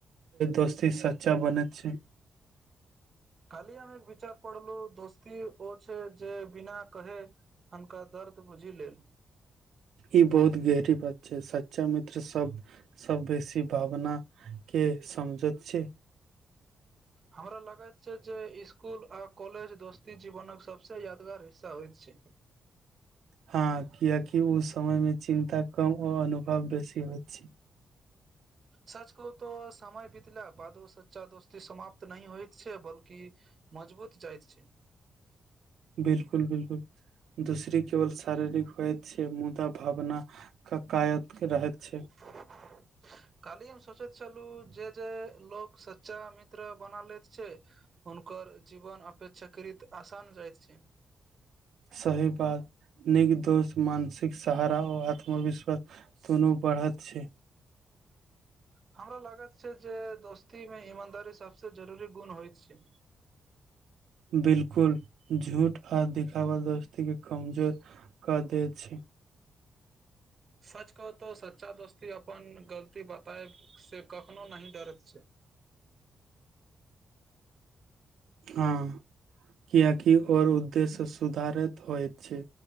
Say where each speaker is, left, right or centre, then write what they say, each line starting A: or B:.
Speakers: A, on the right; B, on the right.
A: दोस्ती सच्चा बनैत छै
B: काल्हि हमरा एक विचार पड़लो जे दोस्ती ओ छै जे बिना कहे अन्का दर्द बुझि लेल
A: ई बहुत गहरी बात छै सच्चा मित्र सब सब बेसी भावना के समझेत छै
B: हमरा लगैत छै जे स्कुल आ कॉलेज दोस्ती जीवनक सब सब यादगार हिस्सा होइत छै
A: हँ कियकि ओ समय मे चिन्ता कम आ अनुभव बेसी होइत छै
B: सच कहु तऽ समय बीतला बादो सच्चा दोस्ती समाप्त नह होइत छै बलकि की मजबूत जाइत छै
A: बिल्कुल बिल्कुल दूसरी केवल शारीरिक होएत छै मुदा भावना क कायत रहैत छै
B: <inaudible> काल्हि हम सोचैत छलू जे जे लोक सच्चा मित्र बना लैत छै हुनकर जीवन अपेक्षाकृत आसान जाइत छै
A: सही बात निक दोस्त मानसिक सहारा और आत्मविश्वास दुनू बढ़त छै
B: हमरा लागत छै जे दोस्ती मे ईमानदारी सबसे जरुरी गुण होइत छै
A: बिलकुल झूठ आ देखावा दोस्ती के कमजोर कऽ दैत छै
B: सच कहु तो सच्चा दोस्ती अपन गलती बताय से कखनो नही डरैत छै
A: हँ कियेकि और उद्देश्य सुधारैत होयत छै